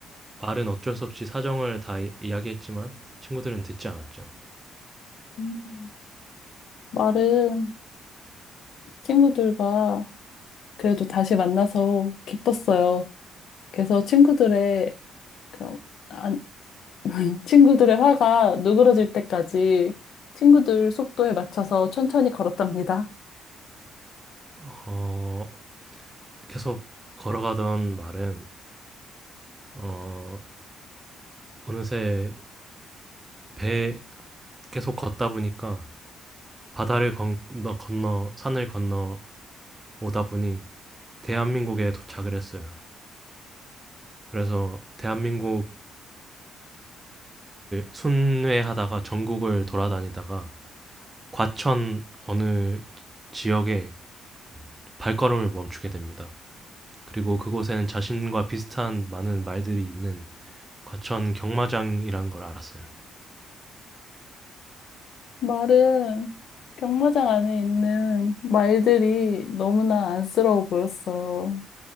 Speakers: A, on the right; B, on the left.
A: 말은 어쩔 수 없이 사정을 다 이- 이야기했지만 친구들은 듣지 않았죠.
B: 음. 말은 친구들과 그래도 다시 만나서 기뻤어요. 그래서 친구들의 그런 안, <laughs> 친구들의 화가 누그러질 때까지 친구들 속도에 맞춰서 천천히 걸었답니다.
A: 어, 계속 걸어가던 말은 어, 어느새 배 계속 걷다 보니까 바다를 건- 건너, 건너 산을 건너 오다 보니 대한민국에 도착을 했어요. 그래서 대한민국을 순회하다가 전국을 돌아다니다가 과천 어느 지역에 발걸음을 멈추게 됩니다. 그리고 그곳엔 자신과 비슷한 많은 말들이 있는 과천 경마장이라는 걸 알았어요.
B: 말은 경마장 안에 있는 말들이 너무나 안쓰러워 보였어요.